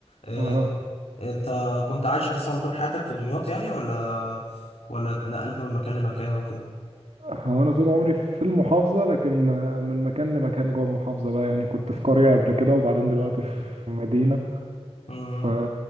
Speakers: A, on the left; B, on the right.
A: إيه
B: اه
A: انت كنت عايش اصلا طول حياتك في دمياط يعني ولا ولا اتنقلت من مكان لمكان وكده
B: هو انا طول عمري في المحافظه لكن آه، من مكان لمكان جوه المحافظه بقى يعني كنت في قريه قبل كده وبعدين
A: <laughs>
B: دلوقتي
A: مم.
B: في في مدينه
A: مم.
B: ف